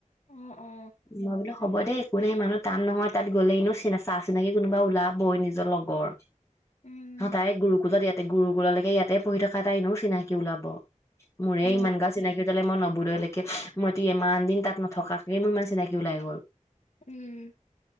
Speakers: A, on the left; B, on the left.
A: অ অ
B: মই বোলো হব দে। কোনে স মানুহ টান নয় তাত গলেহেনু চা চিনাকি কোনোবা ওলাব। বৈ নিজৰ লগৰ।
A: উম
B: হ তাই গুৰুকুললত ইয়াতে গুৰুকোলালকে ে ইয়াতে পঢ়ি থকা এাইনেও চিনাকি ওলাব মোৰে
A: অ
B: ইমান গা চিনাকি তলে মই নবু লে মই তো ইমান দিন তাত নথকাকে মোৰ ইমান চিনাকি ওলাই গ'ল
A: উম